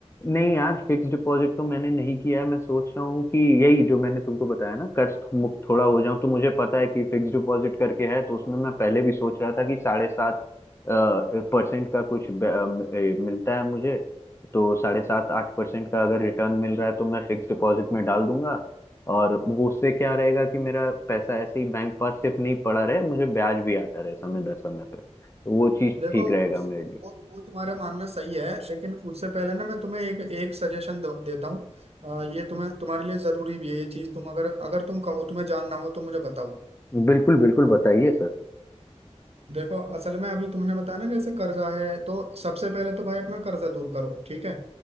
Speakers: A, on the left (about 20°); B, on the right (about 60°).
A: नहीं यार फिक्स डिपॉजिट तो मैंने नहीं किया है मैं सोच रहा हूँ कि यही जो मैंने तुमको बताया ना कर्ज मुक्त थोड़ा हो जाऊं तो मुझे पता है कि फिक्स डिपॉजिट करके है तो उसमें मैं पहले भी सोच रहा था कि साढ़े सात परसेंट का कुछ ब- अ, ए, मिलता है मुझे तो साढ़े सात आठ परसेंट का अगर रिटर्न मिल रहा है तो मैं फिक्स डिपॉजिट में डाल दूंगा और वो उससे क्या रहेगा कि मेरा पैसा ऐसे ही बैंक पास सिर्फ नहीं पड़ा रहे मुझे ब्याज भी आता रहे समय दर समय पर तो वो चीज
B: देखो
A: ठीक रहेगा मेरे लिए
B: वो वो तुम्हारा मानना सही है लेकिन उससे पहले ना मैं तुम्हें एक एक सजेशन देता हूँ अ, ये तुम्हें तुम्हारे लिए जरूरी भी है ये चीज तुम अगर अगर तुम कहो तुम्हें जानना हो तो मुझे बताओ
A: बिल्कुल बिल्कुल बताइए सर
B: देखो असल में अभी तुमने बताया ना जैसे कर्जा है तो सबसे पहले तो भाई अपना कर्जा दूर करो ठीक है